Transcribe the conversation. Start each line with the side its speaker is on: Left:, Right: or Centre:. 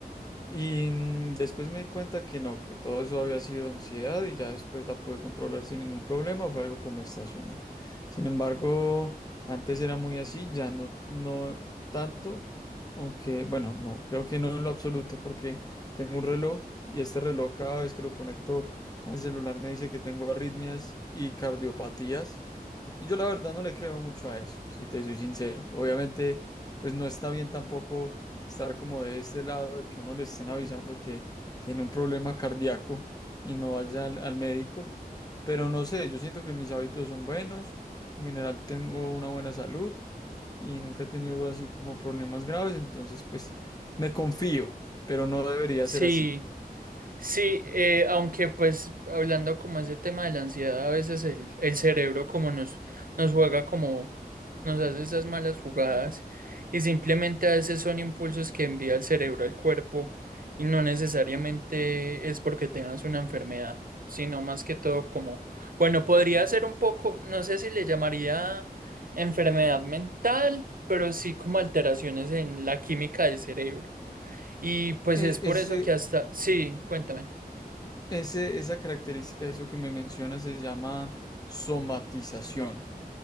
Left: Y mm, después me di cuenta que no, que todo eso había sido ansiedad y ya después la pude controlar sin ningún problema, fue algo como estacional. Sin embargo, antes era muy así, ya no, no tanto, aunque bueno, no, creo que no en lo absoluto porque tengo un reloj y este reloj cada vez que lo conecto al celular me dice que tengo arritmias y cardiopatías. Y yo la verdad no le creo mucho a eso, si te soy sincero. Obviamente, pues no está bien tampoco estar como de este lado, de que uno le estén avisando que tiene un problema cardíaco y no vaya al, al médico. Pero no sé, yo siento que mis hábitos son buenos, en general tengo una buena salud y nunca he tenido así como problemas graves, entonces pues me confío, pero no debería
Right: Sí.
Left: ser así.
Right: Sí, eh, aunque pues hablando como ese tema de la ansiedad, a veces el, el cerebro como nos, nos juega como nos hace esas malas jugadas y simplemente a veces son impulsos que envía el cerebro al cuerpo y no necesariamente es porque tengas una enfermedad, sino más que todo como, bueno, podría ser un poco, no sé si le llamaría enfermedad mental, pero sí como alteraciones en la química del cerebro. Y pues
Left: E-
Right: es por
Left: ese,
Right: eso que hasta, sí, cuéntame.
Left: ese, esa característica, eso que me menciona, se llama somatización.